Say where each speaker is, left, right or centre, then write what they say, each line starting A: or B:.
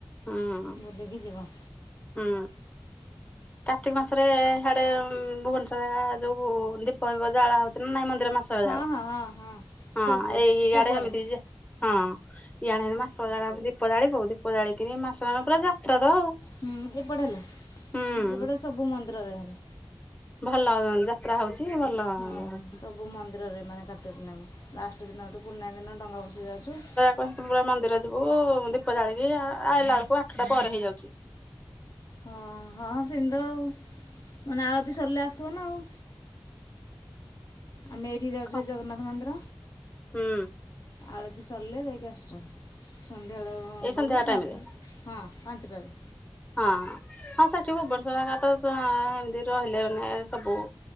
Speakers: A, on the left; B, on the left.
A: ହୁଁ।
B: ବୁଲିକି ଯିବ।
A: ହୁଁ। କାର୍ତ୍ତିକ ମାସରେ ହିଆଡେ ଭୁବନେଶ୍ୱର ଯୋଉ ଦୀପ ଫିପ ଜାଳା ହଉଛି ନା ନାଇଁ ମ ନ୍ଦିର ମାସକ
B: ହଁ
A: ଯାକ।
B: ହଁ ହଁ ହଁ
A: ହଁ
B: ସବୁ
A: ଏଇ ଇଆଡେ
B: ସବୁଆଡ଼େ
A: ହେମିତି ଯେ ହଁ ଇଆଣେ ହେନ୍ତି ମାସ ଯାକ ଦୀପ ଜାଳିବୁ ଦୀପ ଜାଳି କିିନି ମାସ ଜାକ ପୁରା ଯାତ୍ରା ତ ଆଉ।
B: ହୁଁ ଏପଟେ ହେଲେ
A: ହୁଁ
B: ଏପଟେ ସବୁ ମନ୍ଦିରରେ ହେଲେ।
A: ଭଲ ଯାତ୍ରା ହଉଛି। ଭଲ
B: ହଁ
A: ଇଏ ହଉଛି
B: ସବୁ ମନ୍ଦିରରେ ମାନେ କାର୍ତ୍ତିକ ପୂର୍ଣ୍ଣିମା ଲାଷ୍ଟ ଦିନ ଏଠୁ ପୂର୍ଣିମା ଦିନ ଡଙ୍ଗା ଭସେଇ ଯାଉଛୁ।
A: କମ୍ ପୂରୁବ ମନ୍ଦିର ଯିବୁ ଦୀପ ଜାଳିକି ଆ ଆଇଲା ଳକୁ ଆଠଟା ପରେ ହେଇଯାଉଚି।
B: ହଁ ହଁ ସିନ୍ତ ଆଉ ମାନେ ଆଳତି ସରିଲେ ଆସଥିବ ନା ଆଉ। ଆମେ ଏଠି ଯାଉଚୁ
A: କଣ
B: ଏ ଜଗନ୍ନାଥ ମନ୍ଦିର
A: ହୁଁ
B: ଆଳତି ସରିଲେ ଯାଇକି ଆସୁଚନ୍। ସନ୍ଧ୍ୟାବେଳ
A: ଏଇ ସନ୍ଧ୍ୟା
B: ଗଲେ ପାଞ୍ଚଟା
A: ଟାଇମ ରେ
B: ହଁ ପାଞ୍ଚଟାରେ।
A: ହଁ ହଁ ସେଠି ଭୁବନେଶ୍ଵର ହେକାତ ଆ ହେମତି ରହିଲେ ମାନେ ସବୁ।